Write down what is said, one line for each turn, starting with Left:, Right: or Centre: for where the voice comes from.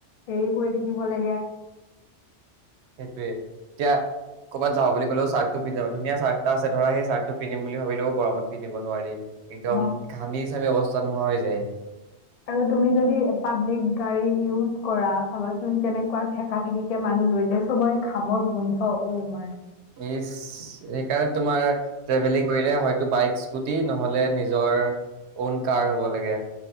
Left: হেৰি কৰি থাকিব লাগে।
Right: সেইটোয়ে, এতিয়া কৰ'বাত যাওঁ বুলি কলেও চাৰ্টটো পিন্ধিযাবা, ধুনীয়া চাৰ্ট এটা আছে ধৰা সেই চাৰ্টটো পিন্ধিম বুলি ভাবিলেও গৰমত পিন্ধিব নোৱাৰি। একদম
Left: অ
Right: ঘামি ছামি অৱস্থা নোহোৱা হৈ যায়।
Left: আৰু তুমি যদি পাব্লিক গাড়ী ইউজ কৰা ভাবা চোন কেনেকুৱা থেকা থেকি সে মানুহ লৈ যায়, চবৰে ঘামৰ গুন্ধ উহ মাই
Right: ইচ সেইকাৰণে তোমাৰ ট্ৰেভেলিং কৰিলে হয়তো বাইক স্কুটি নহলে নিজৰ অওন কাৰ হব লাগে।